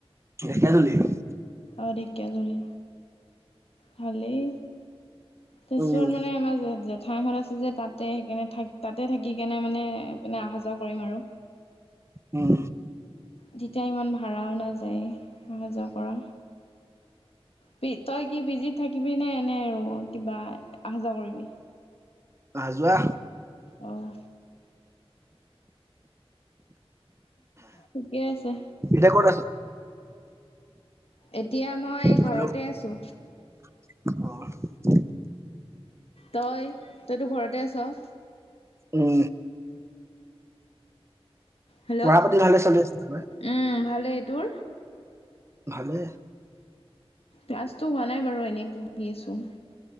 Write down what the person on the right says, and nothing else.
ঢেকিয়াজুলিৰ
উম
উম
আহা-যোৱা
এতিয়া ক'ত আছ?
হেল্ল'
অ
উম
পঢ়া পাতি ভালে চলি আছে চবৰে?
ভালে